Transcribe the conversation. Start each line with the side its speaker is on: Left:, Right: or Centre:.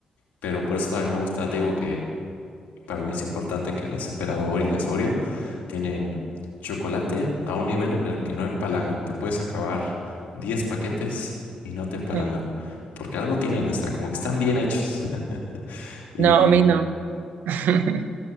Left: pero por eso también me gusta, te digo que Para mí es importante que las Emperador y las Oreo tienen chocolate a un nivel en el que no empalagan. Te puedes acabar 10 paquetes y no te empalagan,
Right: ajá.
Left: porque algo tienen hasta como que están bien hechos. <laughs> Y
Right: No, a mí no. <laughs>